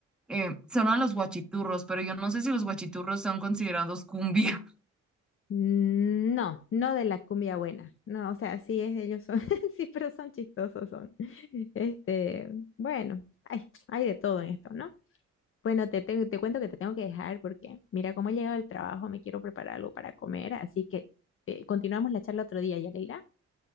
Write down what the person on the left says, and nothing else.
Mm, No, no de la cumbia buena. No, o sea, sí es, ellos son, <laughs> sí, pero son chistosos, son. Este, bueno, hay, hay de todo en esto, ¿no? Bueno, te, tengo- te cuento que te tengo que dejar porque mira cómo he llegado del trabajo, me quiero preparar algo para comer, así que eh, continuamos la charla otro día, Yareira.